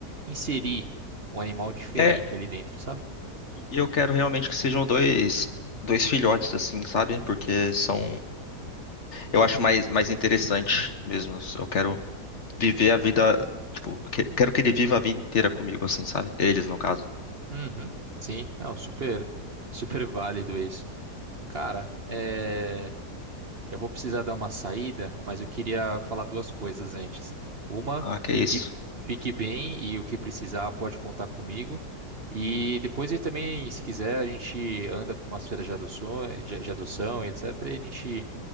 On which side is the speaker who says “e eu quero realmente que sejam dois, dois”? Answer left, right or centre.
Left